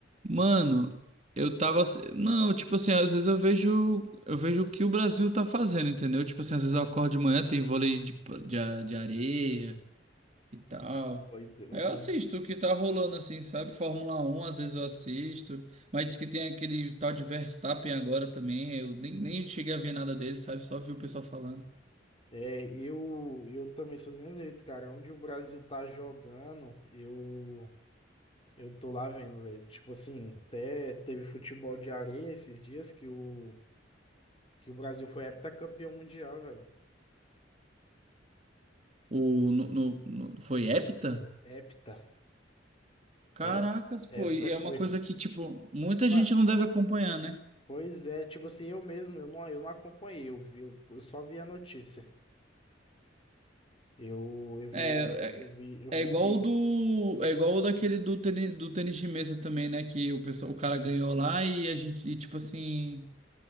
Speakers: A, on the right; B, on the left.
A: Mano, eu tava. ass- Não, tipo assim, às vezes eu vejo. Eu vejo o que o Brasil tá fazendo, entendeu? Tipo assim, às vezes eu acordo de manhã, tem vôlei de, pa- de, a- de areia. e tal.
B: Pois é, eu
A: Aí
B: sou.
A: eu assisto o que tá rolando assim, sabe? Fórmula Um às vezes eu assisto. Mas diz que tem aquele tal de Verstappen agora também. Eu nem, nem cheguei a ver nada dele, sabe? Só vi o pessoal falando.
B: É, eu, eu também sou do mesmo jeito, cara. Onde o Brasil tá jogando, eu, eu tô lá vendo, velho. Tipo assim, até teve futebol de areia esses dias que o, que o Brasil foi heptacampeão mundial, velho.
A: O, no, no- no- foi hepta?
B: Hepta.
A: Caracas,
B: Hep,
A: pô,
B: hepta
A: e é uma
B: foi.
A: coisa que, tipo, muita
B: Mano,
A: gente não deve acompanhar, né?
B: pois é, tipo assim, eu mesmo, eu não, eu não acompanhei, eu vi, eu, eu só vi a notícia. Eu, eu vi,
A: É,
B: eu
A: é,
B: vi, eu
A: é
B: vi
A: igual
B: que
A: o do, é igual o daquele do tênis, do tênis de mesa também, né? Que o pessoal, o cara ganhou lá e a gente, e, tipo assim.